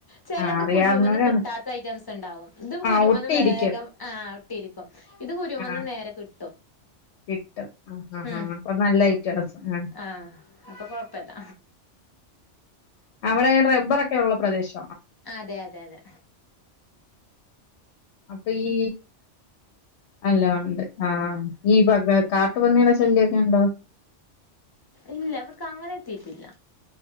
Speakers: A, on the left; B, on the left.
A: ചിലത്
B: ആ അറിയാവുന്നവരാണ്
A: കുരുമേന്ന് കിട്ടാത്തയിറ്റംസ്. ണ്ടാവും ഇത് കുരുമേന്ന്
B: ആ ഒട്ടിയിരിക്കും
A: വേഗം ആ ഇട്ടിരിക്കും ഇത് കുരുമേന്ന്
B: ആഹ്
A: നേരെ കിട്ട
B: കിട്ടും ആ ആ
A: ഉം
B: ആ അപ്പൊ നല്ലയിറ്റം ആണ്‌ സ
A: ആഹ് അപ്പൊ കൊഴപ്പല്ല
B: ആ അവിടെ റബ്ബറൊക്കെ ഉള്ള പ്രദേശം
A: അതെയതെയതെ
B: അപ്പൊ ഈ അല്ല ഉണ്ട് ആഹ് ഈ വക കാ ട്ട് പന്നിയുടെ ശല്യൊക്കെ ഉണ്ടോ
A: ഇല്ല ഇവർക്ക് അങ്ങനെ എത്തിട്ടില്ല